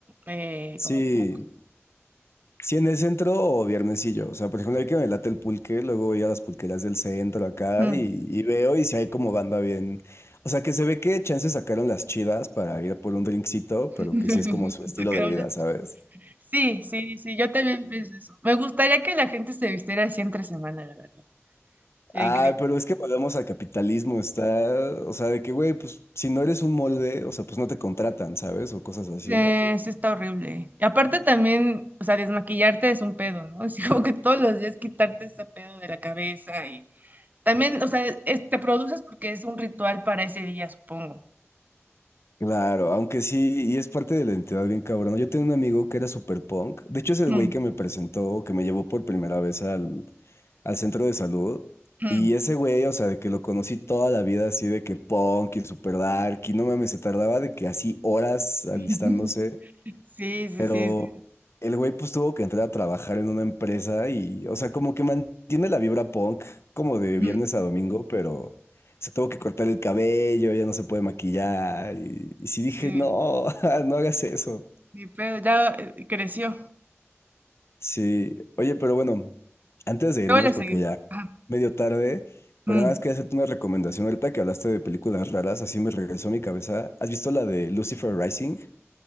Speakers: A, on the right; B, on the left.
A: eh,
B: Sí,
A: como punk.
B: Sí, en el centro o viernesillo. O sea, por ejemplo, hay que me late el pulque, luego voy a las pulquerías del centro acá
A: Mm.
B: y, y veo y si hay como banda bien. O sea, que se ve que chance sacaron las chidas para ir por un drinkcito,
A: <laughs>
B: pero que sí es como su estilo
A: Sacaron
B: de vida,
A: las-
B: ¿sabes?
A: Sí, sí, sí, yo también pienso eso. Me gustaría que la gente se vistiera así entre semana, la verdad. Sería
B: Ay,
A: increíble.
B: pero es que volvemos al capitalismo, está. O sea, de que, güey, pues si no eres un molde, o sea, pues no te contratan, ¿sabes? O cosas así.
A: Sí, sí está horrible. Y aparte también, o sea, desmaquillarte es un pedo, ¿no? <laughs> Es como que todos los días quitarte ese pedo de la cabeza y también, o sea, es- te produces porque es un ritual para ese día, supongo.
B: Claro, aunque sí, y es parte de la identidad bien cabrona. Yo tenía un amigo que era super punk. De hecho, es el
A: Mm,
B: güey que me presentó, que me llevó por primera vez al, al centro de salud.
A: mm.
B: Y ese güey, o sea, de que lo conocí toda la vida así de que punk y super dark. Y no mames, se tardaba de que así horas alistándose.
A: <laughs> Sí, sí,
B: Pero
A: sí, sí,
B: el güey pues tuvo que entrar a trabajar en una empresa y, o sea, como que mantiene la vibra punk como de viernes
A: Mm,
B: a domingo, pero se tuvo que cortar el cabello, ya no se puede maquillar. Y, y sí dije,
A: sí,
B: no, <laughs> no hagas eso.
A: mi pedo ya eh, creció.
B: Sí, oye, pero bueno, antes de irnos,
A: Luego le
B: porque
A: seguimos.
B: ya
A: Ajá.
B: medio tarde, pero
A: Mm,
B: nada más quería hacerte una recomendación. Ahorita que hablaste de películas raras, así me regresó a mi cabeza. ¿Has visto la de Lucifer Rising?